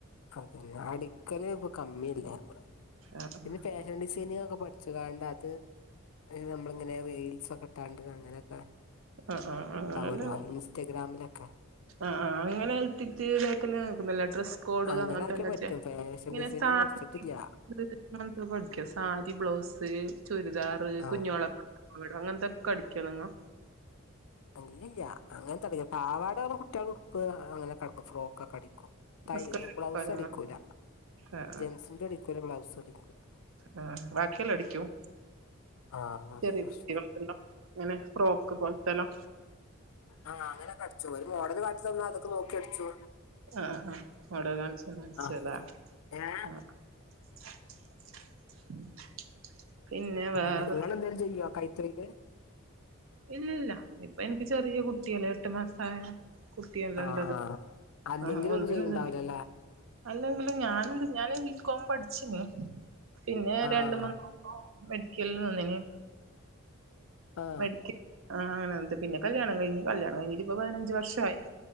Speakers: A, on the left; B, on the right.
A: അതന്നെ അടുക്കല് ഇപ്പ കമ്മില്ലേ നമ്മള്
B: ആഹ്
A: പിന്നെ തേ ഷൻസൈൻ ഒക്കെ പഠിച്ചിങ്ങാണ്ട് അത് നമ്മളിങ്ങനെ റീൽസൊക്കെ ഇട്ടാണ്ട് അങ്ങനെയൊക്കെ
B: ആഹ് ആഹ് അങ്ങനെല്ല
A: ണ്ടാവല്ലോ ഇൻസ്റ്റഗ്രാമിലൊക്കെ.
B: ആഹ് ആഹ് അങ്ങനെ ഇട്ടിട്ട് ഇതാക്കുന്നെ <unintelligible> ല്ലേ ഡ്രസ്സ് കോഡ്
A: അങ്ങനെ
B: അങ്ങനത്തെല്ലാച്ചാ
A: ആക്കിയാ പറ്റും ഫാഷൻ
B: ഇങ്ങനെ
A: ഡിസൈനിങ്
B: സാ
A: പഠിച്ചിട്ടില്ല
B: <unintelligible> ത്തൊക്കെ അടിക്കോ സാരി ബ്ലൗസ്. ചുരിദാറ്
A: ആ
B: കുഞ്ഞോളെ <unintelligible> അങ്ങനത്തൊക്കെ അടിക്കോ നിങ്ങ
A: ഇല്ല്യല്ല്യ അങ്ങനെത്തടിക്കു പാവാടള് കുട്ടിയാളെ ഉടുപ്പ് അങ്ങനെക്കെ അടിക്കും ഫ്രോക്കൊക്കെടിക്കും. തൈ
B: നിസ്കാര
A: ബ്ലൗസ് അടിക്കൂല
B: ആഹ്
A: ജെൻസിന്റെ അടിക്കൂല ബ്ലൗസ് അടിക്കൂല
B: ആഹ് ആഹ് ബാക്കിയിള്ളെ അടിക്കും
A: ആഹ് അത്
B: <unintelligible>
A: പ്രശ്നം
B: ഇങ്ങനെ ഫ്രോക്ക് പോലത്തെല്ലാ.
A: ആഹ് അങ്ങനെക്കെ അടിച്ചു ഒരു മോഡൽ കാട്ടി തന്നാ അതൊക്കെ നോക്കി അടിച്ചു.
B: ആഹ ആഹ് അവിടെത ചടിച്ചതാ
A: ആഹ് ഏഹ്
B: ആഹ <inaudible> വേറെ
A: അങ്ങനെ ഇങ്ങളേതെങ്കിലും ചെയ്യോ കൈരോയില്
B: ഇല്ലല്ല ഇപ്പൊ എനിക്ക് ചെറിയ കുട്ടിയല്ലേ എട്ടു മാസായ കുട്ടിയെല്ലാം
A: ആഹ്
B: ഇണ്ടത്
A: ആഹ് അല്ലെങ്കിലൊന്നും
B: ആഹ് ഒന്നിനും
A: ചെയ്യണ്ടാവില്ലാല്ലേ.
B: ഇതമി അല്ലെങ്കിലും ഞാനെന്ത് ഞാന് ബി കോം പഠിച്ചിന് പിന്നെ
A: ആഹ്
B: രണ്ട് മൂന്ന് മെഡിക്കലിൽ നിന്നിനി
A: ആഹ
B: ക്ക് ആഹ് <unintelligible> പിന്നെ കല്യാണം കഴിഞ്ഞ് കല്യാണം കഴിഞ്ഞ് ഇപ്പ പതിനഞ്ച് വർഷായി